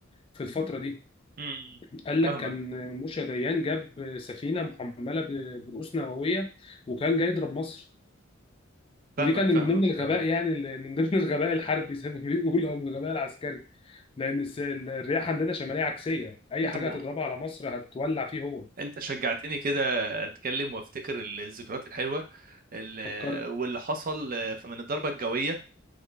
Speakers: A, on the left; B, on the right.
A: في الفتره دي
B: امم
A: قال
B: فاهمك
A: لك كان موشى ديان جاب سفينه محمله ب- برؤوس نوويه وكان جاي يضرب مصر
B: فاهمك
A: ودي كان من
B: فاهمك
A: ضمن الغباء
B: فاهمك
A: يعني ال- من ضمن <laughs> الغباء الحربي زي ما بيقولوا او من الغباء العسكري لان الس- الرياح عندنا شماليه عكسيه اي
B: انت
A: حاجه
B: م... آه.
A: هتضربها على مصر هتولع فيه هو
B: انت شجعتني كده اتكلم وافتكر الذكريات الحلوه ال-
A: فكرني
B: واللي حصل في- من الضربه الجويه